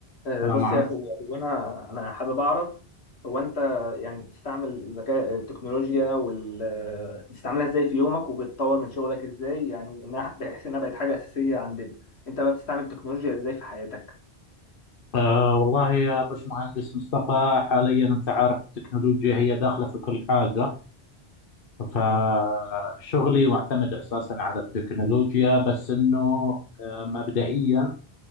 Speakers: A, on the left; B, on the left.
A: آه،
B: السلام
A: بص
B: عليكم
A: يا اخويا هو انا انا حابب اعرف هو انت يعني بتستعمل الذكاء التكنولوجيا وال آه، بتستعملها ازاي في يومك وبتطور من شغلك ازاي يعني انها بحيث انها بقت حاجه اساسيه عندنا انت بقى بتستعمل التكنولوجيا ازاي في حياتك
B: آه والله يا باشمهندس مصطفى حاليا انت عارف التكنولوجيا هي داخله في كل حاجه فشغلي معتمد اساسا على التكنولوجيا بس انه آه مبدئيا